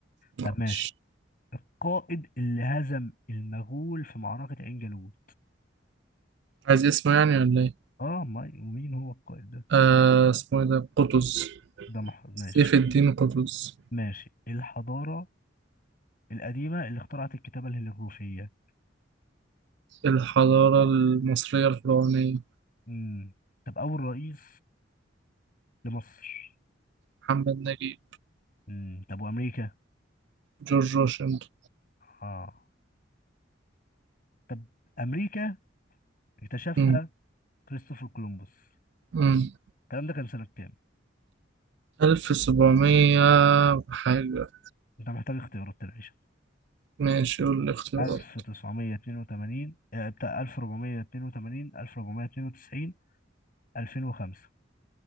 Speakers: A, on the right; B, on the left.
A: ماشي
B: طب ماشي القائد اللي هزم المغول في معركة عين جالوت
A: عايز اسمه يعني ولا إيه؟
B: اه ما ومين هو القائد ده؟
A: آه اسمه إيه ده؟ قطز
B: ده مح... ماشي
A: سيف الدين قطز
B: ماشي الحضارة القديمة اللي اخترعت الكتابة الهيروغليفية
A: الحضارة المصرية الفرعونية
B: امم طب أول رئيس لمصر
A: محمد نجيب
B: امم طب وأمريكا
A: جورج واشنطن
B: اه طب أمريكا اكتشفها
A: مم.
B: كريستوفر كولومبوس
A: مم.
B: الكلام ده كان سنة كام؟
A: ألف سبعمية حاجة
B: أنت محتاج اختيارات تنعيشة
A: ماشي قول الاختيارات
B: 1982 آه، بتاع 1482 1492 2005